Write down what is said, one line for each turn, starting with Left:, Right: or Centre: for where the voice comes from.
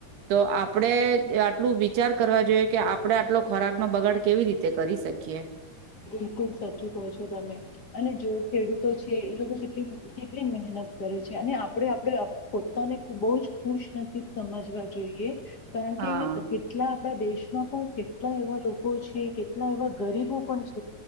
Right: તો આપણેે આટલું વિચાર કરવા જોઈએ કે આપણે આટલો ખોરાકનો બગાડ કેવી રીતે કરી શકીએ.
Left: બિલકુલ સાચું કહો છો તમે અને જો ખેડૂતો છે એ લોકો કેટલી કેટલી મહેનત કરે છે અને આપણે આપણે પોતાને બહ જ ખુશનસીબ સમજવા જોઈએ કારણ
Right: હા
Left: કે કેટલા આપણા દેશમાં પણ કેટ લા એવા લોકો છે કેટલા એવા ગરીબો પણ છે.